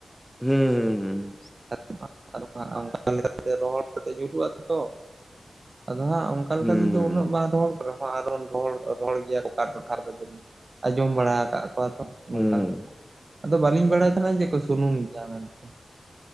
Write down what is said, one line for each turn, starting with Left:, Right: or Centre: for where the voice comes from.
Centre: ᱦᱩᱸ ᱦᱩᱸᱦᱩᱸ᱾
Right: <unintelligible> ᱚᱱᱠᱟ ᱞᱮᱠᱟᱛᱮ ᱨᱚᱦᱚᱲ ᱠᱟᱛᱮ ᱧᱩᱨᱦᱩᱜ ᱟ ᱛᱚ᱾ ᱟᱫᱚ ᱦᱟᱸᱜ ᱚᱝ ᱠᱟᱞᱮᱠᱟ
Centre: ᱦᱩᱸ ᱦᱩᱸ
Right: ᱛᱮᱫᱚ ᱩᱱᱟᱹᱜ
Centre: ᱦᱩᱸ
Right: ᱵᱟᱝ ᱨᱚᱦᱚᱲ ᱠᱚᱜ ᱨᱮᱦᱚᱸ ᱟᱱᱟᱫᱚᱵᱚᱱ ᱨᱚᱦᱚᱲ ᱨᱚᱦᱚᱲ ᱜᱮᱭᱟ ᱚᱠᱟ ᱴᱚᱴᱷᱟ ᱨᱮᱫᱚ <unintelligible> ᱟᱸᱡᱚᱢ ᱵᱟᱲᱟ ᱟᱠᱟᱫ ᱠᱚᱣᱟ ᱛᱚ᱾ ᱱᱚᱝᱠᱟ
Centre: ᱦᱩᱸ
Right: ᱟᱫᱚ ᱵᱟᱹᱞᱤᱧ ᱵᱟᱲᱟᱭ ᱛᱟᱦᱮᱱᱟ ᱡᱮᱠᱚ ᱥᱩᱱᱩᱢ ᱜᱮᱭᱟ ᱢᱮᱱᱛᱮ᱾